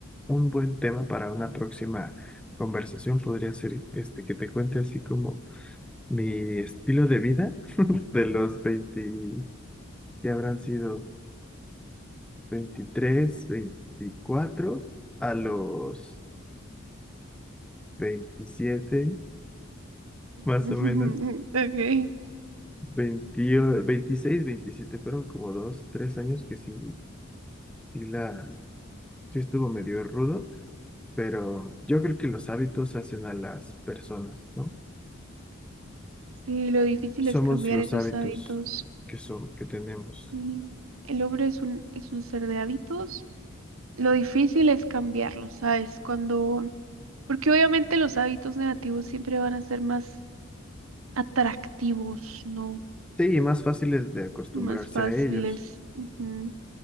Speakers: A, in the centre; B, on the right.
A: Un buen tema para una próxima conversación podría ser este que te cuente así como mi estilo de vida de los 20 que habrán sido 23 24 a los 27
B: <laughs>
A: más o menos.
B: Okay.
A: 20 veintiséis 27 fueron como dos, tres años que sí, sí la, sí estuvo medio rudo, pero yo creo que los hábitos hacen a las personas, ¿no?
B: Sí, lo difícil
A: Somos
B: es cambiar
A: los
B: esos
A: hábitos
B: hábitos.
A: que son, que tenemos.
B: Sí. El hombre es un, es un ser de hábitos. Lo difícil es cambiarlo, ¿sabes? Cuando, porque obviamente los hábitos negativos siempre van a ser más atractivos, ¿no?
A: Sí, y más fáciles de acostumbrarse
B: Más fáciles.
A: a ellos.
B: ujú.